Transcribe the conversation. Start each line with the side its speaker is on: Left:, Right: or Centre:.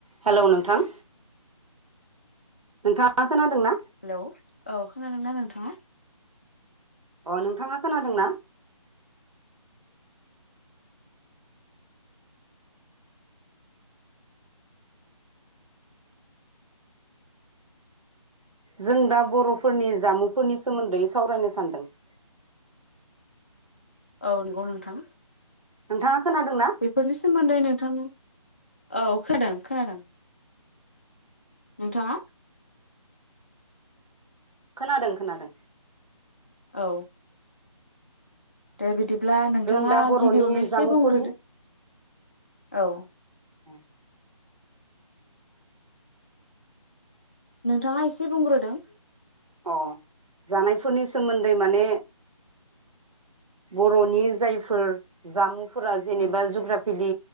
Right: Hello नोंथां नोंथाङा खोनादों ना
Left: हेलौ औ खोनादोंना नोंथाङा।
Right: अ नोंथाङा खोनादोंना? जों दा बरफोरनि जामुंफोरनि सोमोन्दै सावरायनो सानदों <inaudible>
Left: औ नंगौ नोंथां।
Right: नोंथाङा खोनादोंना
Left: बेफोरनि सोमोन्दै नोंथां। औ खोनादों खोनादों। नोंथाङा
Right: खोनादों खोनादों
Left: औ। दे बिदिब्ला नोंथाङा
Right: जों दा बर'नि
Left: गिबियावनो एसे
Right: जामुंफोरनि
Left: बुंग्रोदो। औ।
Right: उम।
Left: नोंथाङा एसे बुंग्रोदो।
Right: अ जानायफोरनि सोमोन्दै माने बर'नि जायफोर जामुं फोरा जेनेबा
Left: औ
Right: जुग्राफेलि